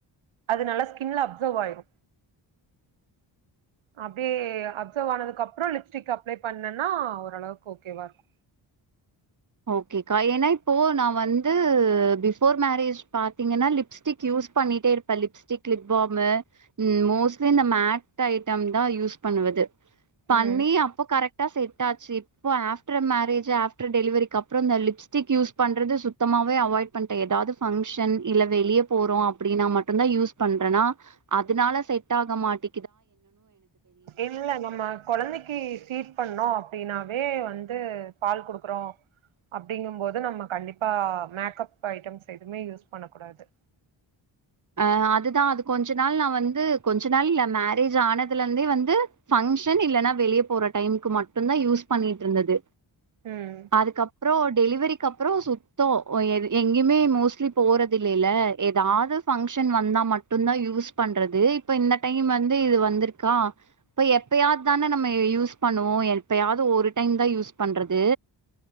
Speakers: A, on the right; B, on the right.
A: அது நல்லா ஸ்கின்ல அப்சர்வ் ஆயிரு அப்டியே அ ஆப்சர்வ் அனதுக்கு அப்புற லிப்ஸ்டிக் அப்ளை பண்ணனா ஓரளவுக்கு ஓகேவா இருக்கு
B: ஓகேக்கா ஏன்னா இப்போ நா வந்து பிஃபோர் மேரேஜ் பாத்தீங்கன்னா லிப்ஸ்டிக் யூஸ் பண்ணிட்டே இருப்பே லிப்ஸ்டிக் லிப் பாம் மோஸ்ட்லி ம் இந்த மேட் ஐட்டம் தா யூஸ் பண்ணுவது பண்ணி
A: ம்
B: அப்போ கரெக் டா செட் ஆச்சு இப்போ ஆஃப்டர் மேரேஜு ஆப்டர் டெலிவரி கப்பராம் இந்த லிப்ஸ்டிக் யூஸ் பண்றது சுத்தமாவே அவாய்ட் பண்ட எதாவது ஃபங்ஷன் இல்ல வெளியே போறோ அப்டின்னா மட்டுதா யூஸ் பண்றனா அதனால செட் ஆக மாட்
A: இல்ல நம்ம குழந்தைக்கு ஃபீட் பண்ணோ அப்டின்னா வே வந்து பால் குடுக்குறோ அப்டிங்கும்போது நம்ம கண்டிப்பா மேக்கப் ஐட்டம்ஸ் எதுவுமே யூஸ் பண்ணக்கூடாது
B: அ அதுதா அது கொஞ்ச நாள் நா வந்து கொஞ்ச நாள் இல்ல மேரேஜ் ஆனதுல இருந்தே வந்து ஃபங்ஷன் இல்லன்னா வெளியே போற டைமுக்கு மட்டுதா யூஸ் பண்ணிட்டு இருந்தது
A: ம்
B: அதுக்கப்ரோ டெலிவரிக்கு அப்புற சுத்தோ எங்கேயுமே மோஸ்ட்லி போறது இல்லைல்ல ஏதாது ஃபங்ஷன் வந்தா மட்டுதா யூஸ் பண்றது இப்ப இந்த டைம் வந்து இது வந்திருக்கா இப்ப எப்பயாவது தான நம்ம யூஸ் பண்ணுவோ எப்பயாவது ஒரு டைம் தா யூஸ் பண்றது